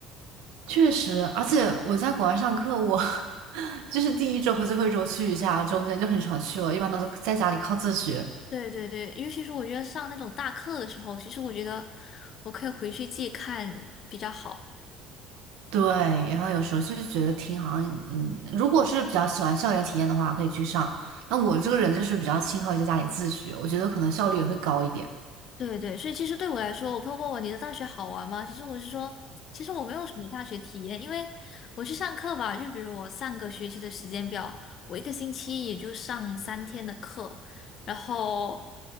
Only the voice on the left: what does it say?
对对对，尤其是我觉得上那种大课的时候，其实我觉得我可以回去自己看比较好。
对对，所以其实对我来说，我朋友问我你的大学好玩吗？其实我是说，其实我没有什么大学体验，因为我去上课吧，就比如我上个学期的时间表，我一个星期也就上三天的课，然后